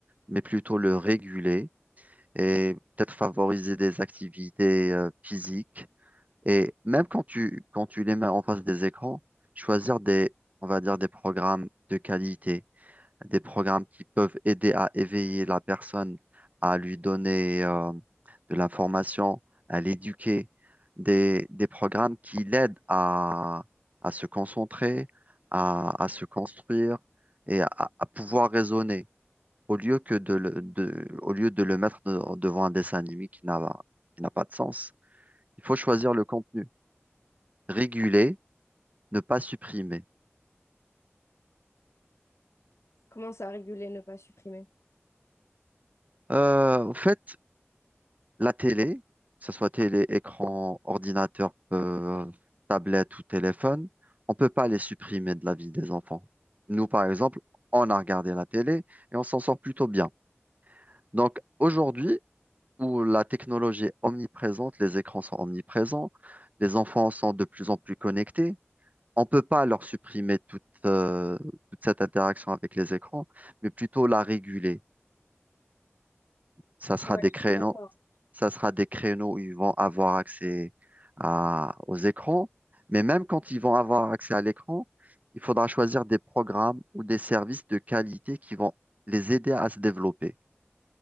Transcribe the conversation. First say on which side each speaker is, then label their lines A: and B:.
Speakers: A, on the right; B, on the left.
A: mais plutôt le réguler et peut-être favoriser des activités euh, physiques. Et même quand tu, quand tu les mets en face des écrans, choisir des, on va dire, des programmes de qualité des programmes qui peuvent aider à éveiller la personne, à lui donner euh, de l'information, à l'éduquer, des, des programmes qui l'aident à, à se concentrer, à, à se construire et à, à pouvoir raisonner, au lieu que de le, de- au lieu de le mettre de- devant un dessin animé qui n'a, qui n'a pas de sens. Il faut choisir le contenu, réguler, ne pas supprimer.
B: Commence à réguler, ne pas supprimer.
A: Euh, en fait, La télé, que ce soit télé, écran, ordinateur, euh, tablette ou téléphone, on ne peut pas les supprimer de la vie des enfants. Nous, par exemple, on a regardé la télé et on s'en sort plutôt bien. Donc aujourd'hui, où la technologie est omniprésente, les écrans sont omniprésents, les enfants sont de plus en plus connectés, on ne peut pas leur supprimer toute, euh, toute cette interaction avec les écrans, mais plutôt la réguler. Ça sera
B: Ouais,
A: des créneaux
B: je suis d'accord.
A: ça sera des créneaux où ils vont avoir accès à- aux écrans. Mais même quand ils vont avoir accès à l'écran, il faudra choisir des programmes ou des services de qualité qui vont les aider à se développer.